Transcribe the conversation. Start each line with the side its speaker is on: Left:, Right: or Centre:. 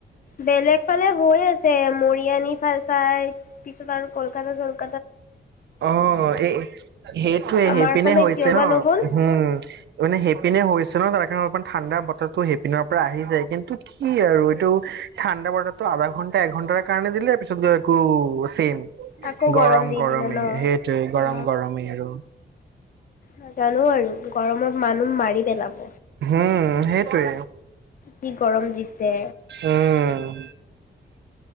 Left: বেলেগ ফালে হৈ আছে, মৰিয়নী ফাল চাইড পিছত আৰু কলকাতা য
Right: অঁ এই সেইটোৱে
Left: আমাৰ
Right: সেইপিনে
Left: ফালে
Right: হৈছে
Left: কিয়
Right: ন,
Left: বা নহ'ল
Right: উম মানে সেইপিনে হৈছে ত কাৰণে অলপমান ঠাণ্ডা বতাৰটো সেইপিনৰ পৰা আহি যায় কিন্তু কি আৰু এইটো ঠাণ্ডা বতৰটো আধা ঘণ্টা এঘণ্টাৰ কাৰণে দিলে পিছত গৈ আকৌ ছেম।
Left: আকৌ
Right: গৰম
Left: দি
Right: গৰমেই
Left: দিলে ন
Right: সেইটোৱে, গৰম
Left: অ
Right: গৰমেই আৰু।
Left: নাজানো আৰু গৰমত মানুহ মাৰি পেলাব।
Right: উম উম সেইটোৱে।
Left: যি গৰম দিছে
Right: উম